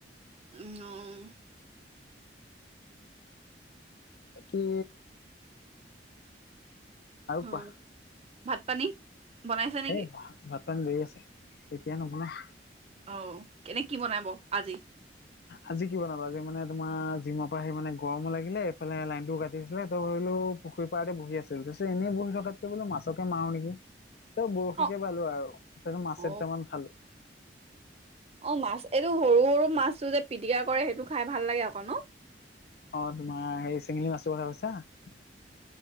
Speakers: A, on the right (about 35°); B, on the left (about 60°).
A: উম
B: বাকি? আৰু
A: অ
B: কোৱা?
A: ভাত পানী বনাইছে নেকি?
B: এ বাহ ভাত পানী দেৰি আছে এতিয়া নবনা
A: অ এনে কি বনাব আজি?
B: আজি কি বনাবা আজ মানে তোমাৰ জিমৰ পৰা সি মানে গৰম লাগিলে এইফালে লাইন ও কাটি দিছিলে তই ত' পুখুৰী পাৰতে বহি আছিল পিছত এনেই বহি থকাতে বোলে মাছকে মাৰো নেকি। ত 'বৰশীকে
A: অ
B: পালো আৰু ত মাছেটামান
A: অ
B: পালো।
A: অ, মাছ এইটো সৰু - সৰু মাছটো যে পিটিকা কৰে সেইটো খাই ভাল লাগে অক ন।
B: অ, তোমাৰ হেই চিঙলি মাছৰ কথা কৈছা।